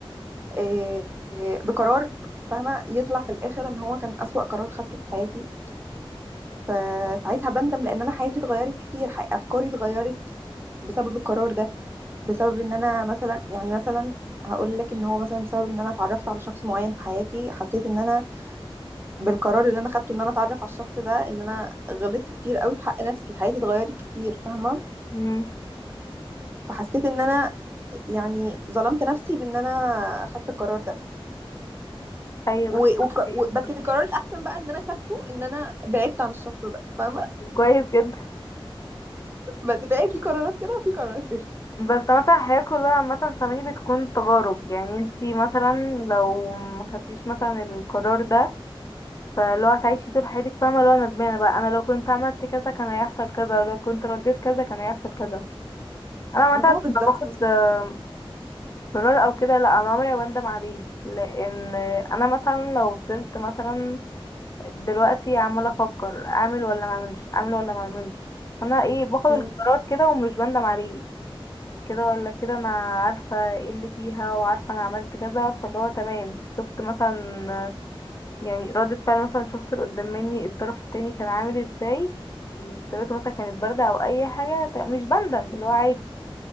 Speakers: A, on the right (about 25°); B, on the left (about 35°).
A: آه، آه، بقرار فاهمة يطلع في الاخر ان هو كان اسوأ قرار خدته في حياتي فساعتها بندم لان انا حياتي اتغيرت كتير حي- افكاري اتغيرت بسبب القرار ده بسبب ان انا مثلا يعني مثلا هقول لك ان هو مثلا بسبب ان انا اتعرفت على شخص معين في حياتي حسيت ان انا بالقرار اللي انا خدته ان انا اتعرف على الشخص ده ان انا غلطت كتير قوي في حق نفسي حياتي اتغيرت كتير فاهمة
B: مم.
A: فحسيت ان انا يعني ظلمت نفسي بان انا خدت القرار ده
B: ايوه
A: و...
B: بس
A: وك...
B: يعني
A: و... بس القرار الاحسن بقى ان انا خدته ان انا بعدت عن الشخص ده فاهمه
B: كويس جدا
A: بس بقى في قرارات كده وفي قرارات كده
B: بس مثلا الحياة كلها عامة فاهماني بتكون تجارب يعني انتي مثلا لو ما خدتيش مثلا القرار ده فلو هتعيشي طول حياتك فاهمة لو انا ندمانة بقى انا لو كنت عملت كذا كان هيحصل كذا لو كنت رديت كذا كان هيحصل كذا انا
A: ما
B: مثلا
A: هو بالظبط
B: لما باخد آه، قرار او كده لا انا عمري ما بندم عليه لان انا مثلا لو فضلت مثلا دلوقتي عمالة افكر اعمل ولا ما اعملش اعمل ولا ما اعملش انا ايه باخد
A: مم.
B: القرار كده ومش بندم عليه كده ولا كده انا عارفة ايه اللي فيها وعارفة انا عملت كذا فاللي هو تمام شفت مثلا يعني ردة فعل مثلا الشخص اللي قدام مني الطرف التاني كان عامل ازاي وطريقته مثلا كانت باردة او اي حاجة ت- مش بندم اللي هو عادي